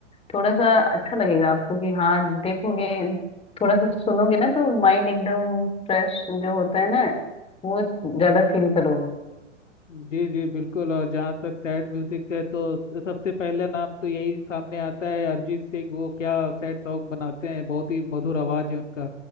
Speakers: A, on the left; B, on the left.
A: थोड़ा सा अच्छा लगेगा आपको कि हाँ देखोगे थोड़ा सा सुनोगे ना तो माइंड एकदम फ्रेश जो होता है ना वो ज्यादा फील करोगे
B: जी जी बिल्कुल और जहाँ तक सैड म्यूजिक है तो सबसे पहला नाम तो यही सामने आता है अरिजीत सिंह वो क्या सैड सॉन्ग बनाते हैं बहुत ही मधुर आवाज है उनका